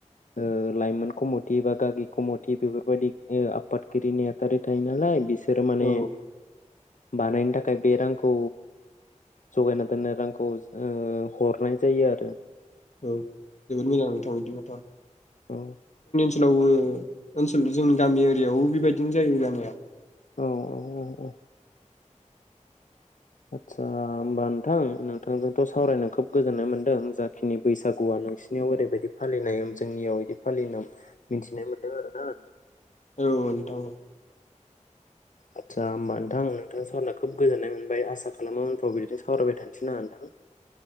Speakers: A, on the left (about 75°); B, on the left (about 65°).
A: ओ लाइमोन कमथि बा गागि कमथि बेफोरबायदि आफादगिरि नेहाथारि थायो नालाय बिसोर बिसोर माने
B: औ
A: बानायनो थाखाय बे रांखौ जगायना दोननाय रांखौ ओ हरनाय जायो आरो
B: औ जोबोद मोजां नोंथां बिदिबा <unintelligible>
A: औ
B: ओनसोलावबो ओनसोल जोंनि गामि एरियायावबो बेबायदिनो जायो जानाया
A: औ औ औ आदसा होमबा नोंथां नोंथांजोंथ' सावरायनो खोब गोजोननाय मोन्दों जाखिनि बैसागुआ नोंसिनियाव ओरैबायदि फालिनाय जोंनियाव बिदि फालिनायाव मिथिनाय मोन्दों आरोना
B: औ नोंथां
A: आदसा होमबा नोंथां नोंथां सावरायना खोब गोजोननाय मोनबाय आसा खालामो उनफ्राव बिदिनो सावरायबाय थानोसैना नोंथां